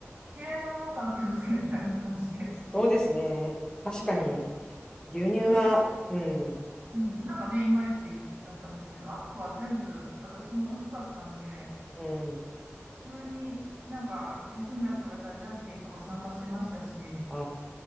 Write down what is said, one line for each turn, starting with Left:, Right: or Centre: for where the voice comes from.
Right: 嫌いなものから手をつけるみたいな感じで。
Left: そうですね。確かに、
Right: <laughs> はい。
Left: 牛乳は、
Right: で、
Left: うん、
Right: うん、なんかね、いまいちだったんですけど、あとは全部私も美味しかったんで、
Left: うん、
Right: 普通になんか休んだ人がいたらじゃんけんとか参加してましたし、
Left: あ